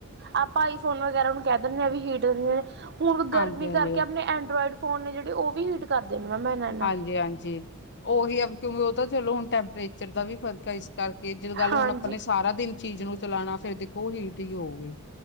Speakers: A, on the right (about 50°); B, on the left (about 55°).
A: ਆਪਾਂ ਆਈ ਫੋਨ ਵਗੈਰਾ ਕਹਿ ਦਿੰਨੇ ਵੀ ਹੀਟ ਹੁਨ
B: ਹਾਂਜੀ
A: ਗਰਮੀ
B: ਹਾਂਜੀ
A: ਕਰਕੇ ਆਪਣੇ ਐਂਡਰੋਇਡ ਫੋਨ ਨੇ ਜਿਹੜੇ ਉਹ ਵੀ ਹੀਟ ਕਰਦੇ ਨੇ ਮੈਮ ਇਹਨਾਂ ਨਾਲ
B: ਹਾਂਜੀ, ਹਾਂਜੀ ਉਹੀ ਆ ਚਲੋ ਹੁਣ ਟੈਂਪਰੇਚਰ ਦਾ ਵੀ ਫਰਕ ਐ। ਇਸ ਕਰਕੇ ਜੱਦ ਗੱਲ
A: ਹਾਂਜੀ
B: ਹੁਣ ਆਪਾਂ ਨੇ ਸਾਰਾ ਦਿਨ ਚੀਜ਼ ਨੂੰ ਚਲਾਨਾ ਫੇਰ ਦੇਖੋ ਹੀਟ ਈ ਹੋਉਗੀ।